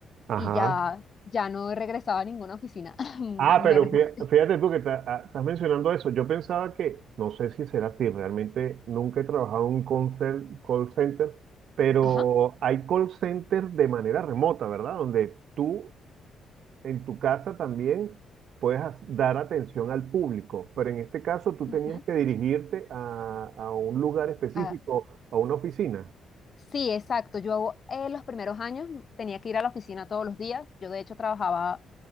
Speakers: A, on the right; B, on the left.
A: Ajá.
B: y ya, ya no regresaba a ninguna oficina, <laughs>
A: Ah,
B: menos
A: pero fía-
B: mal.
A: fíjate tú que ta- ah, estás mencionando eso. Yo pensaba que, no sé si será así, realmente nunca he trabajado en un call cen- call center, pero
B: Ajá.
A: hay call centers de manera remota, ¿verdad? Donde tú en tu casa también puedes as- dar atención al público, pero en este caso tú
B: ujú.
A: tenías que dirigirte a, a un lugar específico,
B: Ah,
A: a una oficina.
B: sí, exacto. Yo eh, los primeros años tenía que ir a la oficina todos los días. Yo de hecho trabajaba